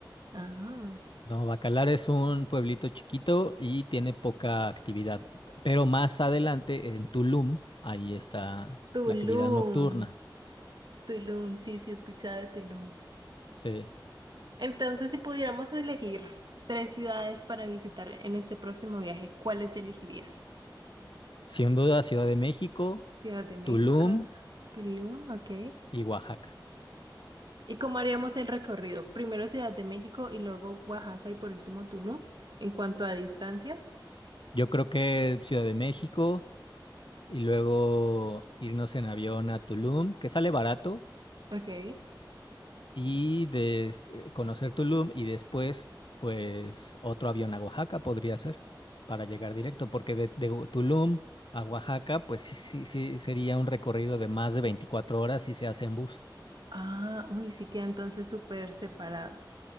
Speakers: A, on the right (about 65°); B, on the left (about 80°).
A: ajá,
B: no, Bacalar es un pueblito chiquito y tiene poca actividad. Pero más adelante, en Tulum, ahí está
A: Tulum,
B: la actividad nocturna.
A: Tulum, sí, sí, he escuchado de Tulum.
B: Sí,
A: Entonces, si pudiéramos elegir tres ciudades para visitar en este próximo viaje, ¿cuáles elegirías?
B: sin duda, Ciudad de México,
A: Ciudad de México,
B: Tulum
A: Tulum, ok.
B: y Oaxaca.
A: ¿Y cómo haríamos el recorrido? Primero Ciudad de México y luego Oaxaca y por último Tulum, en cuanto a distancias.
B: Yo creo que Ciudad de México y luego irnos en avión a Tulum, que sale barato,
A: Ok.
B: y de eh, conocer Tulum y después, pues otro avión a Oaxaca podría ser para llegar directo, porque de, de Gu- Tulum a Oaxaca, pues sí, sí, sí sería un recorrido de más de 24 horas si se hace en bus.
A: Ah, uy, sí queda entonces súper separado.